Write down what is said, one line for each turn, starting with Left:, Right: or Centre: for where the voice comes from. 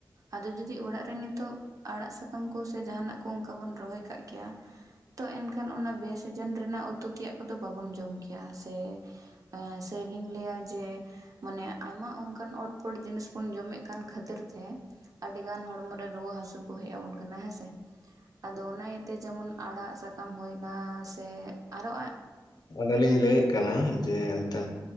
Right: ᱟᱫᱚ ᱡᱩᱫᱤ ᱚᱲᱟᱜ ᱨᱮ ᱱᱤᱛᱚᱜ ᱟᱲᱟᱜ ᱥᱟᱠᱟᱢ ᱠᱚ ᱥᱮ ᱡᱟᱦᱱᱟᱜ ᱠᱚ ᱚᱝᱠᱟ ᱵᱩᱱ ᱨᱚᱦᱚᱭ ᱠᱟᱜ ᱠᱮᱭᱟ ᱛᱚ ᱮᱱᱠᱷᱟᱱ ᱚᱱᱟ ᱵᱮᱥ ᱥᱮᱡᱮᱱ ᱨᱮᱱᱟᱜ ᱩᱛᱩ ᱛᱮᱭᱟᱜ ᱠᱚᱫᱚ ᱵᱟᱵᱚᱱ ᱜᱮᱭᱟ ᱥᱮ ᱮᱸ ᱥᱮ ᱞᱤᱧ ᱞᱟᱹᱭᱟ ᱡᱮ ᱢᱟᱱᱮ ᱟᱭᱢᱟ ᱚᱝᱠᱟᱱ ᱚᱴ ᱯᱚᱴ ᱡᱤᱱᱤᱥ ᱵᱚᱱ ᱡᱚᱢᱮᱜ ᱠᱟᱱ ᱠᱷᱟᱹᱛᱤᱨ ᱛᱮ ᱟᱹᱰᱤ ᱜᱟᱱ ᱦᱚᱲᱢᱚᱨᱮ ᱨᱩᱣᱟᱹ ᱦᱟᱹᱥᱩ ᱠᱚ ᱦᱮᱜ ᱟᱵᱚᱱ ᱠᱟᱱᱟ ᱦᱮᱸᱥᱮ ᱟᱫᱚ ᱚᱱᱟ ᱛᱮ ᱡᱮᱢᱚᱱ ᱟᱲᱟᱜ ᱥᱟᱠᱟᱢ ᱦᱩᱭᱱᱟ ᱥᱮ ᱟᱨᱚ ᱟᱸ
Left: ᱟᱫᱚ ᱞᱤᱧ ᱞᱟᱹᱭᱮᱜ ᱠᱟᱱᱟ ᱡᱮ ᱮᱱᱛᱮ